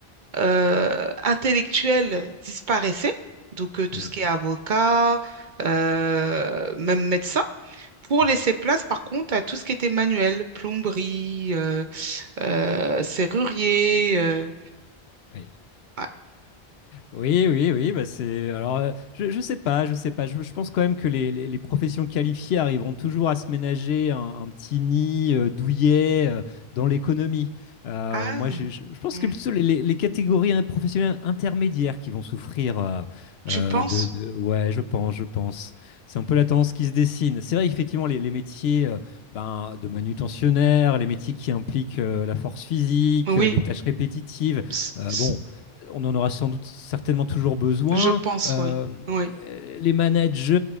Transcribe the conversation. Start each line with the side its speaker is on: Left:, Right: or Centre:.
Right: euh, intellectuels disparaissaient. Donc, euh, tout
Left: Mm,
Right: ce qui est avocat, euh, même médecin, pour
Left: mm.
Right: laisser place, par contre, à tout ce qui était manuel, plomberie, euh, euh, serrurier. euh,
Left: Oui.
Right: Ah,
Left: Oui, oui, oui, bah c'est. Alors, euh, je, je sais pas, je sais pas. Je, je pense quand même que les, les- les professions qualifiées arriveront toujours à se ménager un, un petit nid euh, douillet euh, dans l'économie. Euh,
Right: ah,
Left: moi, je, je- je pense
Right: hmm.
Left: que plutôt les, les- les catégories hein, professionnelles intermédiaires qui vont souffrir euh,
Right: tu
Left: euh,
Right: penses?
Left: de, de- Ouais, je pense, je pense. C'est un peu la tendance qui se dessine. C'est vrai, effectivement, les, les métiers euh, ben, de manutentionnaire, les métiers qui impliquent euh, la force physique,
Right: Oui,
Left: euh, des tâches répétitives.
Right: c-
Left: Euh,
Right: c-
Left: bon, on en aura sans doute certainement toujours besoin.
Right: je pense,
Left: Euh,
Right: oui. Oui.
Left: les managers,